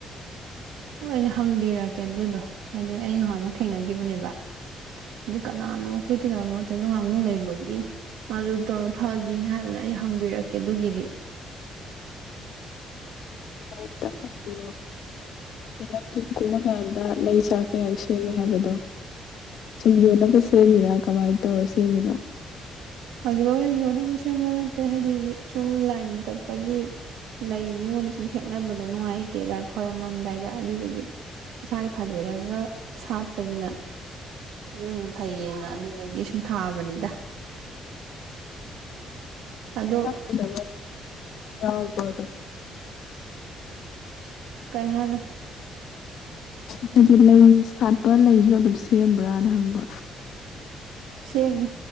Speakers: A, on the right; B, on the left.
A: ꯍꯣꯏ ꯍꯪꯕꯤꯔꯛꯀꯦ ꯑꯗꯨꯗꯣ ꯍꯥꯏꯗꯤ ꯑꯩ ꯉꯍꯥꯛꯃꯨꯛ ꯊꯦꯡꯅꯈꯤꯕꯅꯦꯕ ꯑꯗꯨ ꯀꯅꯥꯅꯣ ꯑꯩꯈꯣꯏ ꯇꯤꯗ ꯃꯔꯛꯇꯁꯨ ꯅꯨꯡ ꯂꯩꯕꯒꯤ ꯃꯥꯗꯨ ꯇꯧꯔ ꯐꯒꯤꯅ ꯍꯥꯏꯕꯅꯦ ꯑꯩ ꯍꯪꯕꯤꯔꯛꯀꯦ ꯑꯗꯨꯒꯤꯗꯤ
B: ꯀꯝꯇ ꯍꯪꯕꯤꯔꯣ ꯑꯗꯨ ꯅꯪ ꯌꯨꯝ ꯀꯨꯝꯃꯀꯥꯟꯗ ꯂꯩ ꯆꯔ ꯀꯌꯥ ꯁꯦꯝꯃꯦ ꯍꯥꯏꯕꯗꯣ ꯁꯨꯝ ꯌꯣꯟꯅꯕ ꯁꯦꯝꯃꯤꯔꯥ ꯀꯃꯥꯏꯅ ꯇꯧꯔ ꯁꯦꯝꯃꯤꯅꯣ
A: ꯍꯧꯖꯤꯛꯐꯥꯎꯗꯤ ꯌꯣꯟꯅꯕ ꯁꯦꯝꯕ ꯅꯠꯇꯦ ꯍꯥꯏꯗꯤ ꯁꯨꯝ ꯂꯥꯏ ꯅꯨꯡ ꯀꯠꯄꯒꯤ ꯂꯩ ꯃꯤꯉꯣꯟꯗ ꯁꯨꯝ ꯍꯦꯛꯅꯕꯗꯣ ꯅꯨꯡꯉꯥꯏꯇꯦ ꯂꯥꯏ ꯈꯣꯏꯔꯝꯃꯝꯗꯥꯏꯗ ꯑꯗꯨꯗꯒꯤ꯫ ꯏꯁꯥꯒꯤ ꯊꯥꯖꯔꯒ ꯁꯥꯠꯄꯁꯤꯅ ꯑꯗꯨꯅ ꯐꯩꯌꯦꯅ ꯑꯗꯨꯗꯒꯤ ꯁꯨꯝ ꯊꯥꯕꯅꯤꯗ ꯑꯗꯣ
B: ꯊꯗ ꯌꯥꯎꯕ ꯑꯗꯨ
A: <unintelligible> ꯀꯩ ꯍꯥꯏꯅꯣ
B: ꯍꯥꯏꯗꯤ ꯂꯩ ꯁꯥꯠꯄ ꯂꯩꯁꯨ ꯑꯗꯨꯝ ꯁꯦꯝꯕ꯭ꯔꯥꯅ ꯍꯪꯕ
A: ꯁꯦꯃꯤ